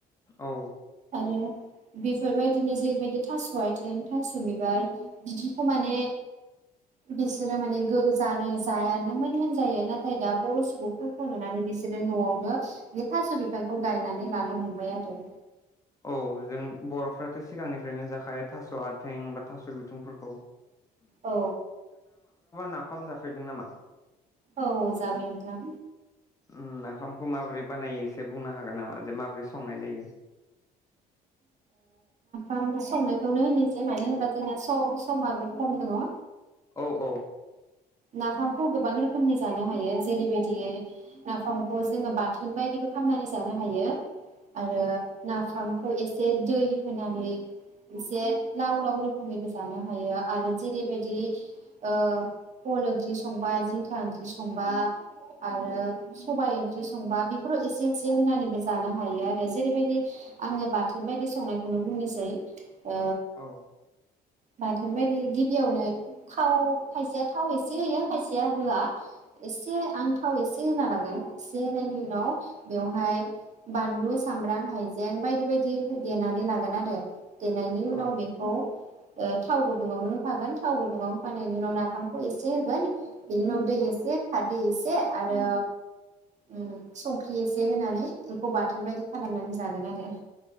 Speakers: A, on the left (about 20°); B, on the right (about 45°).
A: औ
B: आरो बेफोरबायदिनो जेरैबायदि थास आथिं थास बिबार बिदिखौ माने बिसोरो माने गो जानो माने जायानोमोन होनजायो नाथाय दा बर सुबुंफोरखौ नुनानै बिसोरो नआवनो बे थास बिफांखौ गायनानै लानो हमबाय आरो
A: औ जों बरफ्राथ सिगांनिफ्रायनो जाखायो थास आथिं बा थास बिथंफोरखौ
B: औ
A: नाफाम जाफेरदों नामा
B: औ जाबाय नोंथां
A: ओम नाफामखौ माबोरै बानायो एसे बुंनो हागोन नामा जे माबोरै संनाय जायो
B: ओम संनायखौनो होनोसै मानो होनोबा जोंना सम समाबो खम दङ
A: औ औ
B: नाफामखौ गोबां रोखोमनि जानो हायो जेरैबायदियै नाफामखौ जोङो बाथोन बायदिबो खालामामनानै जानो हायो आरो नाफामखौ एसे दै होनानै एसे लाव लाव रोखोमैबो जानो हायो आरो जेरैबायदि ओ फल ओंख्रि संबा जिंखा ओंख्रि संबा आरो सबाय ओंख्रि संबा बेफोराव एसे एसे होनानैबो जानो हायो आरो जेरैबायदि आङो बाथोन बायदि संनायखौनो बुंनोसै औ
A: औ
B: बाथोन बायदि गिबियावनो थाव खायसेया थाव एसे होयो खायसेया होआ एसे आं थाव एसे होना लागोन एसे होनायनि उनाव बेवहाय बानलु सामब्राम हाइजें हायजें बायदि बायदि देनानै लागोन आरो देनायनि उनाव
A: औ
B: बेखौ थाव गुदुङावनो होफागोन थाव गुदुङाव होफानायनि उनाव नाफामखौ एसे होगोन बेनि उनाव दै एसे खारदै एसे आरो ओ संख्रि एसे होनानै बेखौ बाथोन बायदि खालामनानै जागोन जागोन आरो